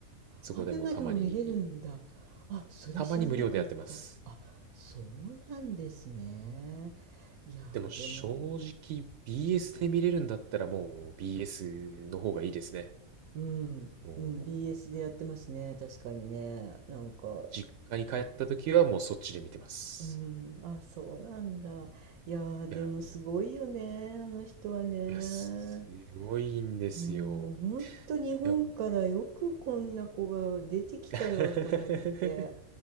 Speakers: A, on the right; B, on the right.
A: そこでもたまに、
B: アベマでも見れるんだ。あ、それ知らなかった。
A: たまに無料でやってます。
B: あ、そうなんですね。いやー、
A: でも、正直、
B: でも、
A: BS で見れるんだったら、もう、BS の方がいいですね。
B: うん、
A: もう、
B: うん、BS でやってますね。確かにね。なんか、
A: 実家に帰った時は、もう、そっちで見てます。
B: うん、あ、そうなんだ。いやー、でもすごいよね、
A: いや、もう、
B: あの人はね。
A: いや、すごいんですよ。
B: もう、ほんと日本からよくこんな子が出てきたよと思って、
A: いや、もう <laughs>